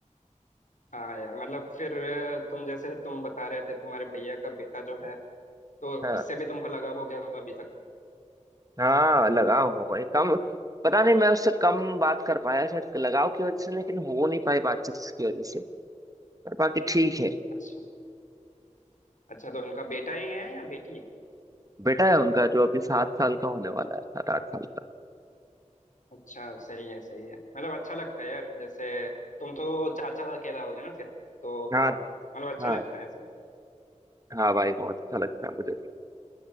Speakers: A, on the left; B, on the right.
A: हाँ यार मतलब फिर तुम जैसे तुम बता रहे थे तुम्हारे भैया का बेटा जो है तो
B: हाँ
A: उससे भी तुमको लगा हो गया होगा अभी तक
B: हाँ लगाव हो गए कम पता नहीं मैं उससे कम बात कर पाया शायद लगाव की वजह से लेकिन हो नहीं पाई बातचीत उसकी वजह से पर बाकी ठीक है
A: अच्छा अच्छा तो उनका बेटा ही है या बेटी है
B: बेटा है उनका जो अभी सात साल का होने वाला है सात आठ साल का
A: अच्छा सही है सही है मतलब अच्छा लगता है यार जैसे तुम तो चाचा अकेला हो गए ना फिर तो
B: हाँ
A: हाँ मतलब अच्छा
B: हाँ
A: लगता है ऐसा
B: हाँ भाई बहुत अच्छा लगता है मुझे भी।